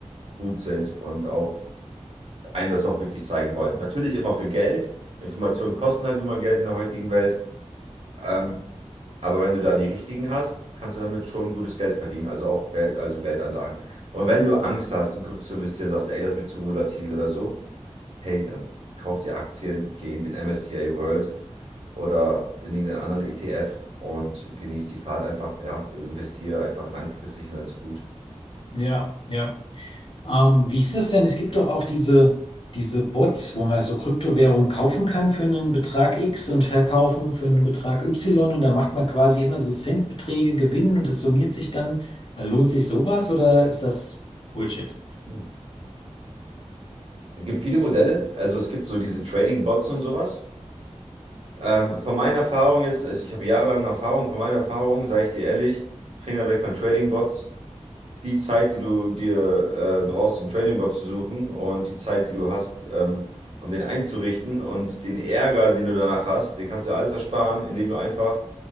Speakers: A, on the right; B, on the left.
A: gut sind und auch einem das auch wirklich zeigen wollen. Natürlich immer für Geld. Informationen kosten halt nur mal Geld in der heutigen Welt. Ähm, aber wenn du da die richtigen hast, kannst du damit schon gutes Geld verdienen, also auch Wel- also Geldanlagen. Und wenn du Angst hast, in Krypto zu investieren, sagst, ey, das ist mir zu volatil oder so, hey, dann kauf dir Aktien, geh in den MSCI World oder in irgendeinen anderen ETF und genieß die Fahrt einfach, ja, investiere einfach langfristig und dann ist gut.
B: Ja, ja. Ähm, wie ist das denn? Es gibt doch auch diese, diese Bots, wo man so Kryptowährungen kaufen kann für einen Betrag X und verkaufen für einen Betrag Y und dann macht man quasi immer so Centbeträge Gewinn und das summiert sich dann. Äh, Lohnt sich sowas oder ist das Bullshit?
A: Mhm. Es gibt viele Modelle, also es gibt so diese Trading-Bots und sowas. Ähm, von meiner Erfahrung jetzt, ich ich habe jahrelange Erfahrung, von meiner Erfahrung sage ich dir ehrlich, Finger weg von Trading-Bots. die Zeit, die du dir äh, brauchst, den Trading-Bot zu suchen und die Zeit, die du hast, ähm, um den einzurichten und den Ärger, den du danach hast, den kannst du dir alles ersparen, indem du einfach